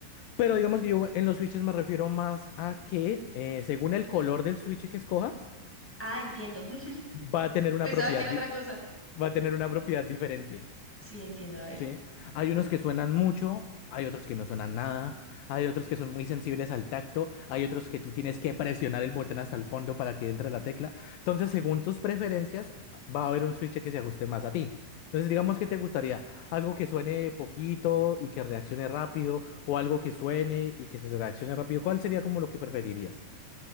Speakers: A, on the left; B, in the centre.
A: Pero digamos que yo en los switches me refiero más a que eh, según el color del switch que escojas,
B: Ah, entiendo. <laughs>
A: va a tener una
B: Pensaba
A: propiedad,
B: que era
A: di-
B: otra cosa.
A: va a tener una propiedad diferente.
B: Sí, entiendo, a ver.
A: Sí, hay unos que suenan mucho, hay otros que no suenan nada, hay otros que son muy sensibles al tacto, hay otros que tú tienes que presionar el botón hasta el fondo para que entre la tecla. Entonces, según tus preferencias, va a haber un switch que se ajuste más a ti. Entonces, digamos que te gustaría algo que suene poquito y que reaccione rápido, o algo que suene y que se reaccione rápido. ¿Cuál sería como lo que preferirías?